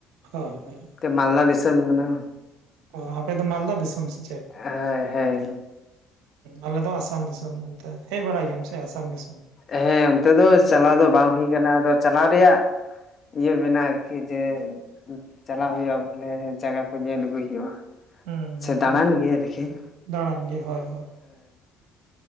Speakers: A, on the right; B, on the left.
A: ᱦᱳᱭ ᱦᱳᱭ
B: ᱱᱚᱛᱮ ᱢᱟᱞᱫᱟ ᱫᱤᱥᱚᱢ ᱠᱟᱱᱟ᱾
A: ᱚ ᱟᱯᱮ ᱫᱚ ᱢᱟᱞᱫᱟ ᱫᱤᱥᱚᱢ ᱥᱮ ᱪᱮᱫ?
B: ᱦᱳᱭ ᱦᱳᱭ
A: ᱟᱞᱮ ᱫᱚ ᱟᱥᱟᱢ ᱫᱤᱥᱚᱢ᱾ ᱛᱮ ᱦᱮᱡ ᱵᱟᱲᱟᱭ ᱜᱮᱭᱟᱢ ᱥᱮ ᱟᱥᱟᱢ ᱫᱤᱥᱚᱢ?
B: ᱦᱮᱸ ᱚᱱᱛᱮ ᱫᱚ ᱪᱟᱞᱟᱣ ᱫᱚ ᱵᱟᱝ ᱦᱩᱭ ᱟᱠᱟᱱᱟ, ᱟᱫᱚ ᱪᱟᱞᱟᱣ ᱨᱮᱭᱟᱜ ᱤᱭᱟᱹ ᱢᱮᱱᱟ ᱟᱨᱠᱤ ᱡᱮ, ᱪᱟᱞᱟᱜ ᱦᱩᱭᱩᱜ-ᱟ ᱵᱚᱞᱮ ᱡᱟᱭᱜᱟ ᱠᱚ ᱧᱮᱞ ᱟᱹᱜᱩᱭ ᱦᱩᱭᱩᱜ-ᱟ᱾
A: ᱦᱩᱸ
B: ᱥᱮ
A: ᱦᱩᱸ
B: ᱫᱟᱬᱟᱱ
A: ᱦᱩᱸ
B: ᱜᱮ ᱟᱨᱠᱤ ᱦᱮᱸ
A: ᱫᱟᱬᱟᱱ ᱜᱮ ᱦᱳᱭ ᱦᱳᱭ